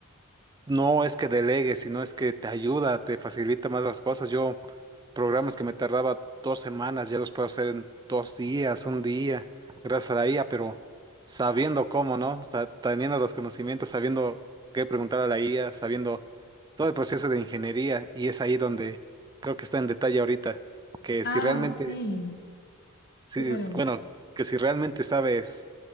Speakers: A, on the right; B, on the left.
A: no es que delegue, sino es que te ayuda, te facilita más las cosas. Yo, programas que me tardaba dos semanas, ya los puedo hacer en dos días, un día, gracias a la IA, pero sabiendo cómo, ¿no? Sa- Teniendo los conocimientos, sabiendo qué preguntar a la IA, sabiendo todo el proceso de ingeniería, y es ahí donde creo que está en detalle ahorita, que
B: Ah,
A: si realmente,
B: sí,
A: si,
B: claro.
A: es- bueno, que si realmente sabes